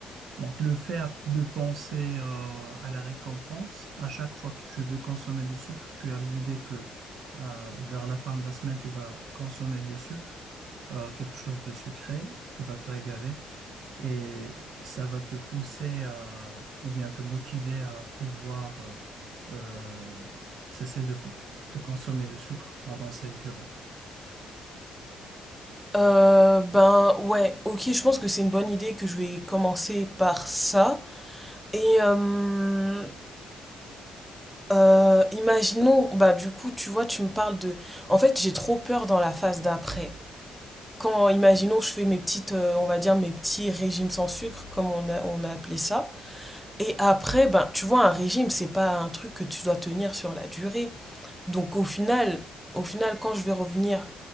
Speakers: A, on the right; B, in the centre.
A: Donc, le fait de penser euh, à la récompense, à chaque fois que tu veux consommer du sucre, tu as l'idée que euh, vers la fin de la semaine, tu vas consommer du sucre, euh, quelque chose de sucré, tu vas te régaler et ça va te pousser à, ou bien te motiver à pouvoir euh, euh, cesser de, fo- de consommer le sucre pendant cette durée.
B: Euh, ben ouais, ok, je pense que c'est une bonne idée que je vais commencer par ça. Et euh, euh, imaginons, bah du coup, tu vois, tu me parles de... En fait, j'ai trop peur dans la phase d'après. Quand, imaginons, je fais mes petites, euh, on va dire, mes petits régimes sans sucre, comme on a, on a appelé ça. Et après, ben, tu vois, un régime, c'est pas un truc que tu dois tenir sur la durée. Donc, au final, au final, quand je vais revenir